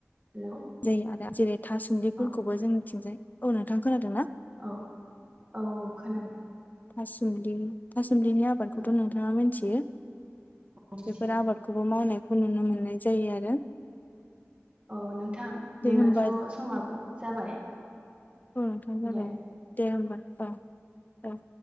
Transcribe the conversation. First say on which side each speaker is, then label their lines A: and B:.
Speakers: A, on the right; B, on the left.
A: हेलौ
B: जायो आरो दा जेरै थासुमलिफोरखौबो
A: औ
B: जोंनिथिंजाय औ नोंथां खोनादों ना?
A: औ औ औ खोनाबाय
B: थासुमलि थासुमलिनि आबादखौथ'
A: औ
B: नोंथाङा मिथियो
A: मिथियो
B: बेफोर आबादखौबो मावनायखौ नुनो मोननाय जायो आरो
A: अ नोंथां
B: दे
A: जोंनाथ'
B: होमबा
A: समाबो जाबाय
B: उम नोंथां जाबायानो
A: दे
B: दे होमबा औ औ